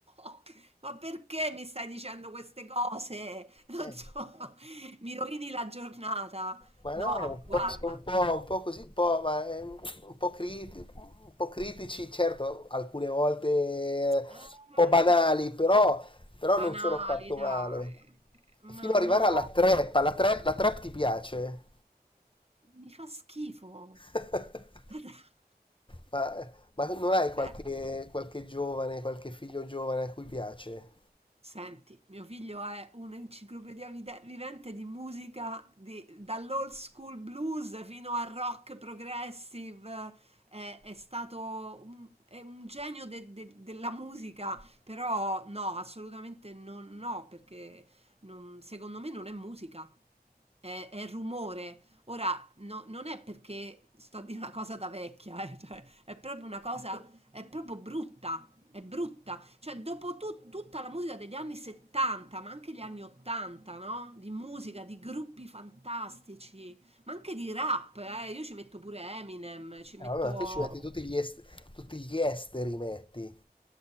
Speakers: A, on the right; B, on the left.
A: <laughs> Ma perché mi stai dicendo queste cose? Non
B: Eh,
A: so, <laughs> mi rovini la giornata.
B: ma
A: No,
B: no, un
A: guarda.
B: po', sono un po', un po' così, un po', ma, eh, un po' criti- un po' critici, certo, alcune volte eh, un
A: Eh,
B: po' banali, però, però
A: banali,
B: non sono affatto
A: dai.
B: male. Fino
A: Ma no,
B: ad arrivare alla trap, alla trap, la trap ti piace?
A: mi fa schifo.
B: <laughs>
A: <laughs>
B: Ma, ma non hai qualche,
A: Cioè,
B: qualche giovane, qualche figlio giovane a cui piace?
A: Senti, mio figlio è un'enciclopedia vide- vivente di musica di- dall'old school blues fino al rock progressive. È, è stato un, è un genio de- de- della musica, però no, assolutamente non- no, perché non- secondo me non è musica, è, è rumore. Ora, no- non è perché sto a dire una cosa da vecchia, eh, cioè, è proprio una cosa, è proprio brutta, è brutta. Cioè, dopo tu- tutta la musica degli anni 70, ma anche gli anni 80, no? Di musica, di gruppi fantastici, ma anche di rap, eh? Io ci metto pure Eminem, ci
B: Eh,
A: Ah, metto...
B: vabbè, ma
A: boh.
B: tu ci metti tutti gli, est- tutti gli esteri, metti.